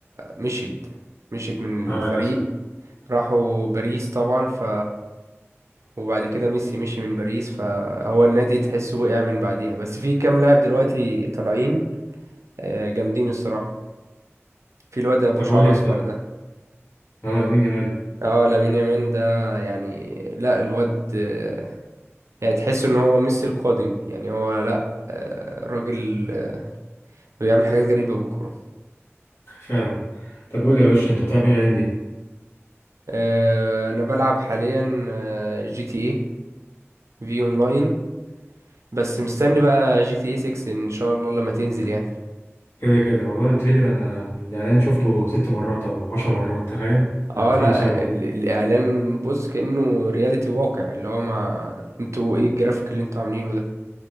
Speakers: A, on the right; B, on the left.
A: مشيت مشيت من
B: اه
A: الفريق
B: للأسف
A: راحوا باريس طبعا ف وبعد كده ميسي مشي من باريس فهو النادي تحسه وقع من بعديها بس في كام لاعب دلوقتي طالعين آه، جامدين الصراحة في الواد ابو
B: طب
A: شعر
B: قول لي انت
A: اصفر ده
B: اه لامين يامال
A: اه لامين يامال ده يعني لا الواد آه، يعني تحس ان هو ميسي القادم يعني هو لا آه، راجل آه، بيعمل حاجات غريبة بالكرة
B: فعلا طب قول لي يا باشا انت بتلعب ايه الايام دي
A: آه، انا بلعب حاليا آه، جي تي اي في اونلاين بس مستني بقى جي تي اي 6 ان شاء الله لما تنزل يعني
B: كده كده والله التريلر انا الاعلان شفته ست مرات او عشر مرات تخيل انا
A: اه
B: متحمس
A: لا
B: اوي
A: ال- الاعلان بص كأنه رياليتي واقع اللي هو ما انتوا ايه الجرافيك اللي انتوا عاملينه ده